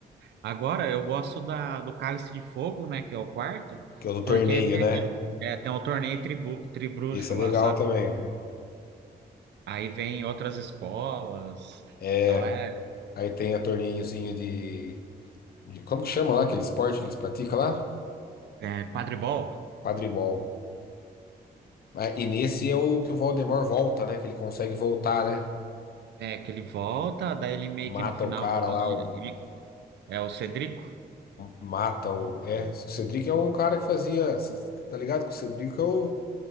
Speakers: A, on the right; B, on the left.
A: Agora, eu gosto da, do Cálice de Fogo, né, que é o quarto,
B: Que é o do
A: porque
B: torneio, né?
A: é, tem o torneio tribu, tribruxo
B: Esse é
A: lá,
B: legal
A: sabe?
B: também, velho.
A: Aí vem outras escolas,
B: É,
A: então é,
B: aí tem a torneiozinho de, de- Como que chama lá aquele esporte que eles praticam lá?
A: é quadribol,
B: Quadribol. Ah, E nesse é o que o Voldemort volta, né? Que ele consegue voltar, né?
A: é, que ele volta, daí ele meio
B: Mata
A: que no final,
B: o cara lá, o.
A: ele, é o Cedrico,
B: Mata o. É, o Cedric é o cara que fazia. cê Tá ligado que o Cedric é o